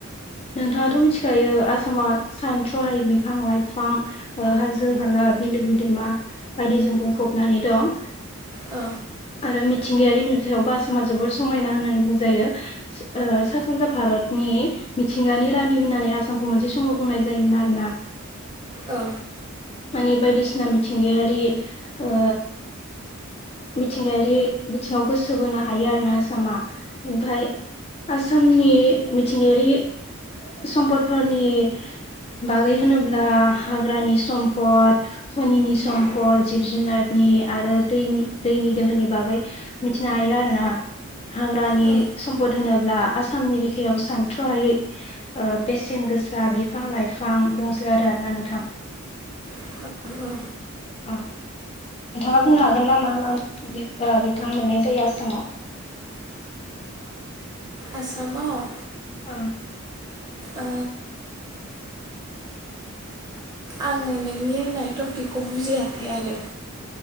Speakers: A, on the left; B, on the right.
A: नोंथांङाथ मिथिखायो आसामा सानथ्रहायि बिफां लाइफां ओ हाजो हाल। बा मिलो बिदोमा बायदिजों बुंफबनानै दं।
B: औ।
A: आरो मिथिंगायारि नुथायावबो आसामा जोबोर समायना होननानै बुंजायो ओ सा सानजा भारत। फदनि मिथिंगानि रानि होननानै आसामखौ मोनसे समाव बुंनाय जायोमोन आरोना।
B: औ।
A: मानि बायदिसना मिथिंगायारि ओ। मिथिंगायारि बिथिंङाव गोसो बोनो हायो आरो ना आसामा ओमफाय। आसामनि मिथिंगायारि सम्पदफोरनि। बागै होनोब्ला हाग्रानि सम्पद खनिनि सम्पद जिब जुनारनि। नि आरो दैनि दैनि दोहोनि बागै मिथिनो हायो आरो ना। हाग्रानि
B: औ
A: सम्पद होनोब्ला आसामनि बिखायाव सानथ्रहायै ओ बेसेन गो। गोसा बिफां लाइफां दंसो गारो आरोना नोंथां।
B: औ औ
A: अ। नोंथांङा बुंनो हागोन ना मा मा बि ओ बिफां मोननाय जायो आसामाव। <inaudible>
B: आसामाव
A: ओ
B: ओ आङो नोंनि होननाय टपिकखौ बुजियाखै आरो